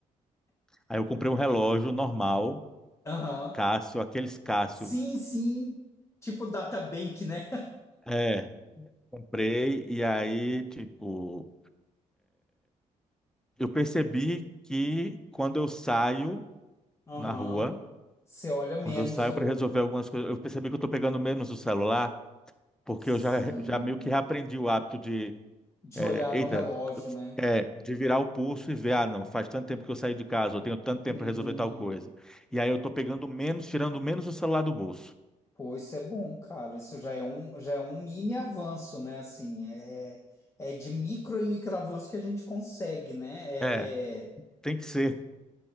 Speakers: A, in the centre; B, on the left.
A: Aí eu comprei um relógio normal,
B: aham.
A: Casio, aqueles Casio.
B: Sim, sim. Tipo data bank, né?
A: É, comprei e aí, tipo. eu percebi que quando eu saio
B: Aham.
A: na rua,
B: Você olha menos.
A: quando eu saio
B: o-
A: para resolver algumas coisas, eu percebi que eu estou pegando menos o celular, porque
B: Sim.
A: eu já, já meio que reaprendi o hábito de,
B: De
A: é,
B: olhar
A: eita,
B: no relógio, né?
A: é, de virar o pulso e ver, ah, não, faz tanto tempo que eu saí de casa, eu tenho tanto tempo
B: Sim.
A: para resolver tal coisa. E aí eu estou pegando menos, tirando menos o celular do bolso.
B: Pô, isso é bom, cara. Isso já é um, já é um mini avanço, né? Assim, é, é de micro e micro avanço que a gente consegue, né? É,
A: É,
B: é-
A: tem que ser.